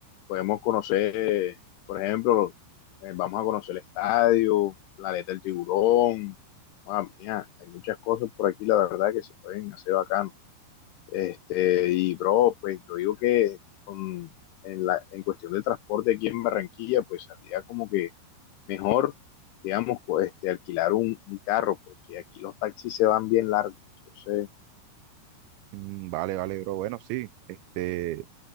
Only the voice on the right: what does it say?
Mm, vale, vale, bro. Bueno, sí. Este,